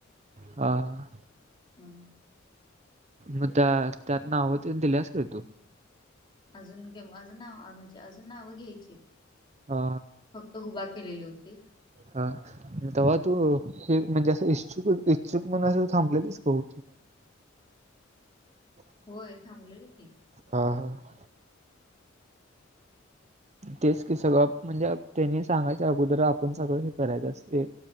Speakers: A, on the right; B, on the left.
A: हा हा
B: हा.
A: मग त्या त्यात नाव होते दिलेस का तू.
B: अजून गे अजून नाव म्हणजे अजून नावं घ्यायची हाईत.
A: हा
B: फक्त हुबा केलेले होते.
A: हा तवा तू हे म्हणजे असं इच्छुक, इच्छुक म्हण अस थांबलेलेच का ह <unintelligible>
B: होय थांबलेलो की.
A: हा हा. तेच की सगळं म्हणजे त्यांनी सांगायच्या अगोदर आपण सगळं हे करायचं असते.